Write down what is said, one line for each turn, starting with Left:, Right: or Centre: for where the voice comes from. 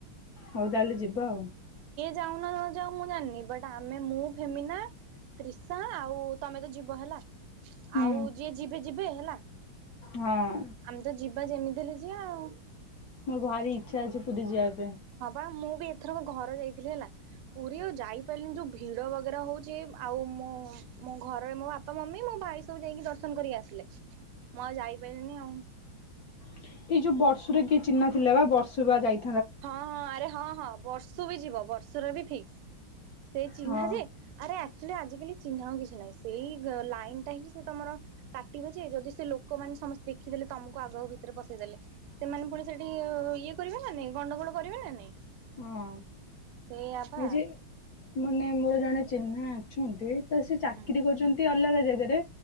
Left: ହଉଦଲୁ ଯିବା ଆଉ
Right: ଯାଉନ ଯାଉ ମୁଁ ଜାଣିନି ବଟ ଆମେ ମୁଁ ଫେମିନା ତ୍ରିଶା ଆଉ ତମେ ତ ଯିବ ହେଲା
Left: ହୁଁ
Right: ଆଉ ଯିଏ ଯିବେ ଯିବେ ଏବେ ହେଲା
Left: ହଁ
Right: ଆମେ ତ ଯିବା ଯେମିତି ହେ କି କଉ
Left: ମୋର ଭାରି ଇଚ୍ଛା ଅଛି ପୁରୀ ଯିବା ପାଇଁ
Right: ହଁ ବା ମୁଁ ଏଥରକ ଘର ଯାଇଥିଲି ହେଲା ପୁରୀ ଆଉ ଯାଇପାରିଲିନି ଯୋଉ ଭିଡ ବଗେରା ହଉଛି ଆଉ ମୋ ମୋ ଘରେ ମୋ ବାପା ମମି ମୋ ଭାଇ ସବୁ ଯାଇକି ଦର୍ଶନ କରିକି ଆସିଲେ ମୁଁ ଆଉ ଯାଇପାରିଲିନି ଆଉ
Left: ହ ଏଇ ଯୋଉ ବର୍ଷରେ କିଏ ଚିହ୍ନ ଥିଲା ବା ବର୍ଷ ସୁୁ ଯାଇ
Right: ହଁ ହଁ ଆରେ ହଁ ହଁ ବର୍ଷୁ ବି ଯିବ ବର୍ଷ ର ବି ଫିକ୍ସ ସେ ଚିହ୍ନା
Left: ହଁ
Right: ଯେ ଆରେ ସେି ଆଜିକାଲି ଚିହ୍ନାନଉ କିଛି ନହିଁ ସେଇ ଲାଇନ ଟା ହିଁ ସେ ତମର କାଟିବେ ଯେ ଯଦି ସେ ଲୋକମାନେ ସମସ୍ତେ ଦେଖିଦେଲେ ତମକୁ ଆଗ ଭିତରେ ପସେଇ ଦେେଲେ ସେମାନେ ପୁଣି ସେଠି ଇଏ କରିବେ ନା ନାଇ ଗଣ୍ଡଗୋଳ କରିବେ ନା ନାଇଁ
Left: ହଁ
Right: ସେଇଆବା
Left: ଏ ଯେ ମାନେ ମୋର ଜଣେ ଚିହ୍ନା ଅଛନ୍ତି ତ ସେ ଚାକିରି
Right: ହୁଁ
Left: କରୁଛନ୍ତି ଅଲଗା ଜାଗାରେ